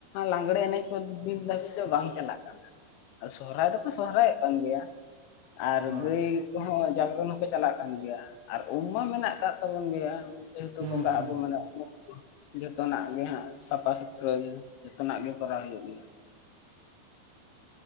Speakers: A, on the left; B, on the right.
A: ᱞᱟᱜᱽᱲᱮ ᱮᱱᱮᱡ ᱠᱚ ᱫᱤᱱ ᱫᱷᱟᱹᱵᱤᱡ ᱫᱚ ᱵᱟᱝ ᱪᱟᱞᱟᱜ ᱠᱟᱱᱟ᱾ ᱥᱚᱦᱨᱟᱭ ᱫᱚᱠᱚ ᱥᱚᱦᱨᱟᱭᱚᱜ ᱠᱟᱱ ᱜᱮᱭᱟ᱾
B: ᱦᱮᱸ
A: ᱟᱨ ᱜᱟᱹᱭ ᱠᱚᱦᱚᱸ ᱡᱟᱜᱽᱨᱚᱱ ᱦᱚᱸᱠᱚ ᱪᱟᱞᱟᱜ ᱠᱟᱱ ᱜᱮᱭᱟ, ᱟᱨ ᱩᱢ ᱢᱟ ᱢᱮᱱᱟᱜ ᱢᱮᱛᱟᱜ ᱛᱟᱵᱚᱱ ᱜᱮᱭᱟ, ᱡᱮᱦᱮᱛᱩ
B: ᱦᱮᱸ
A: ᱵᱚᱸᱜᱟ
B: ᱦᱮᱸ
A: ᱟᱵᱚ ᱢᱟᱱᱮ ᱡᱚᱛᱚᱱᱟᱜ ᱜᱮ ᱦᱟᱸᱜ ᱥᱟᱯᱷᱟ ᱥᱩᱛᱨᱟᱹ ᱡᱚᱛᱚᱱᱟᱜ ᱜᱮ ᱠᱚᱨᱟᱣ ᱦᱩᱭᱩᱜ ᱜᱮᱭᱟ᱾